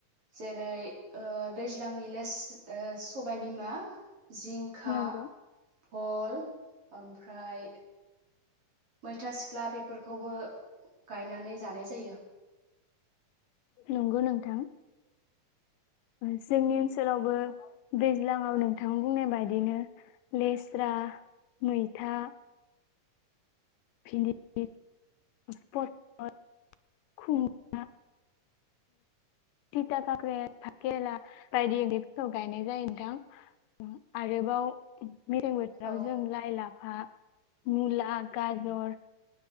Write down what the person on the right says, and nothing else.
जेरै ओ दैज्लांनि लेस सबायबिमा जिंखा
फल ओमफ्राय मैथा सिख्ला बेफोरखौबो गायनानै जानाय जायो
औ